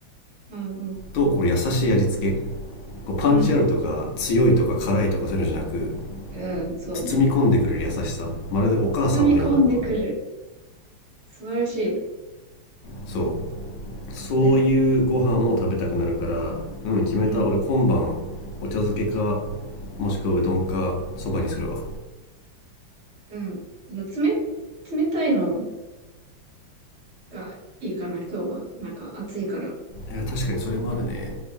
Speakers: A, on the right (about 40°); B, on the left (about 80°).
A: うんうん。
B: と、こう優しい味付け。こうパンチあるとか、
A: うん。
B: 強いとか辛いとかそういうのじゃなく、
A: うん、そうね。
B: 包み込んでくれる優しさ。まるでお母さんのようなご飯。
A: 包み込んでくる。素晴らしい。
B: そうそういうご飯を食べたくなるからうん決めた俺今晩お茶漬けか
A: そうだよね。うん。
B: もしくはうどんかそばにするわ
A: うん。まあ冷、冷たいのがいいかな、今日は。なんか暑いから。
B: いや確かにそれもあるね